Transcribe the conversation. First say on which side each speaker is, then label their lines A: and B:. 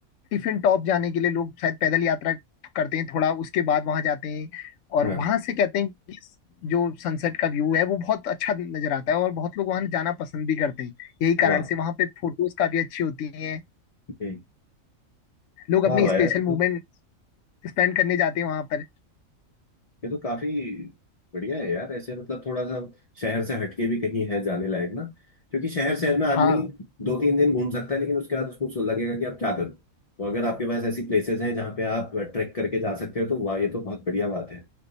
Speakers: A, on the left; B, on the left.
A: टिफिन टॉप जाने के लिए लोग शायद पैदल यात्रा करते हैं थोड़ा उसके बाद वहां जाते हैं और
B: हाँ
A: वहां से कहते हैं कि जो सनसेट का व्यू है वो बहुत अच्छा नजर आता है और बहुत लोग वहां जाना पसंद भी करते हैं यही कारण
B: वाह
A: से वहां पे फोटोज काफी अच्छी होती हैं
B: हम्म,
A: लोग अपने
B: वाह वाह
A: स्पेशल
B: यार
A: मोमेंट स्पेंड करने जाते हैं वहां पर
B: ये तो काफी बढ़िया है यार ऐसे मतलब थोड़ा सा शहर से हटके भी कहीं है जाने लायक ना क्योंकि शहर शहर में आदमी
A: हाँ
B: दो तीन दिन घूम सकता है लेकिन उसके बाद उसको सो- लगेगा कि अब क्या करूं तो अगर आपके पास ऐसी प्लेसेस हैं जहाँ पे आप ट्रैक करके जा सकते हो तो वाह ये तो बहुत बढ़िया बात है